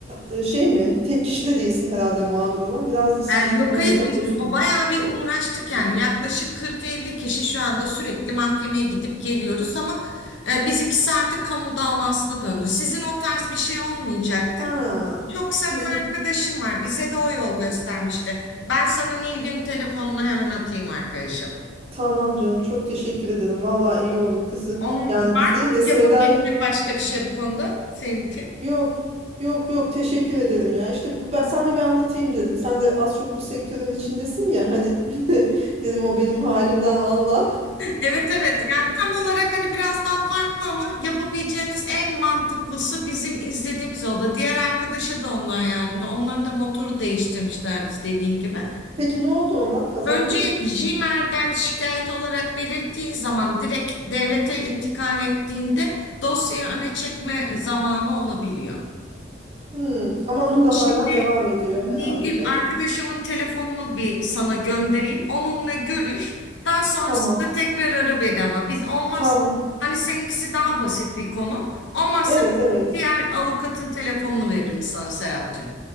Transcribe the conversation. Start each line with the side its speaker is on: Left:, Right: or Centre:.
Right: e, şey mi? Tek kişi de değilsin herhalde mağdur olan. Biraz da sizin
Left: E, yok
Right: o
Left: hayır
Right: yüzden
Left: biz
Right: uzun.
Left: o bayağı bir uğraştık yani
Right: Hı.
Left: yaklaşık 40-50 kişi şu anda sürekli mahkemeye gidip geliyoruz ama e, bizimkisi artık kamu davasına döndü. Sizin o tarz bir şey olmayacaktır.
Right: Ha,
Left: Çok samimi
Right: bizim
Left: arkadaşım var bize de o yol göstermişti. Ben sana Nilgün telefonunu hemen atayım arkadaşım.
Right: Tamam canım çok teşekkür ederim. Vallahi iyi olur kızı.
Left: Onun,
Right: Yani
Left: var
Right: biz
Left: mı
Right: değil de
Left: yapabildiğin
Right: Selda'ya
Left: başka bir şey bu konuda senin için?
Right: yok yok yok teşekkür ederim ya. İşte bu, ben sana bir anlatayım dedim. Sen de az çok bu sektörün içindesin ya hani <laughs> dedim o benim halimden anlar.
Left: Evet evet yani tam olarak hani biraz daha farklı ama yapabileceğiniz en mantıklısı bizim izlediğimiz o da. Diğer arkadaşa da ondan yardımcı. Onların da motoru değiştirmişlerdi dediğim gibi.
Right: Peki ne oldu onlar? Kazandı
Left: Önce
Right: mı?
Left: Jimer'den şikayet olarak belirttiğin zaman direkt devlete intikal ettiğinde dosyayı öne çekme zamanı olabiliyor.
Right: Hmm. Ama onun da
Left: Şimdi
Right: hala devam ediyor
Left: Nilgün
Right: herhalde değil
Left: arkadaşımın
Right: mi?
Left: telefonunu bir sana göndereyim. Onunla görüş. Daha sonrasında
Right: Tamam.
Left: tekrar ara beni ama biz olmaz.
Right: Tamam.
Left: Hani seninkisi daha basit bir konu. Olmazsa
Right: Evet evet.
Left: diğer avukatın telefonunu veririm sana Serapcığım.